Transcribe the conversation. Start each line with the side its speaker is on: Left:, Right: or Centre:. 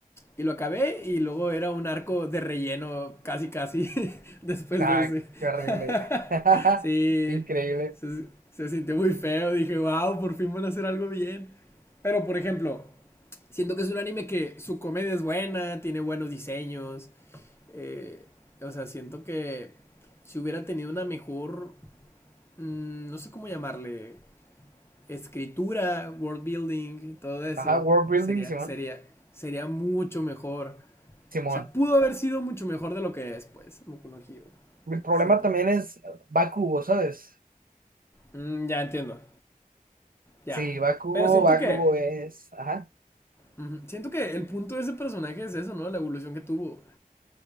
Left: y lo acabé y luego era un arco de relleno, casi, casi, <laughs> después
Right: Ah,
Left: de ese.
Right: qué horrible.
Left: <laughs>
Right: <laughs>
Left: sí,
Right: Increíble.
Left: se, se sintió muy feo. Dije, wow, por fin van a hacer algo bien. Pero, por ejemplo, siento que es un anime que su comedia es buena, tiene buenos diseños. eh, o sea, siento que si hubiera tenido una mejor, mm, no sé cómo llamarle, escritura, world building, todo eso,
Right: Ajá, World Building,
Left: sería,
Right: Simón.
Left: sería, sería mucho mejor.
Right: Simón.
Left: O sea, pudo haber sido mucho mejor de lo que es, pues, Boku no Hero.
Right: Mi problema
Left: Siento
Right: también
Left: yo.
Right: es Bakugo, ¿sabes?
Left: Mm, ya entiendo, ya.
Right: Sí, Bakugo,
Left: Pero siento
Right: Bakugo
Left: que,
Right: es. Ajá.
Left: ujú, siento que el punto de ese personaje es eso, ¿no? La evolución que tuvo.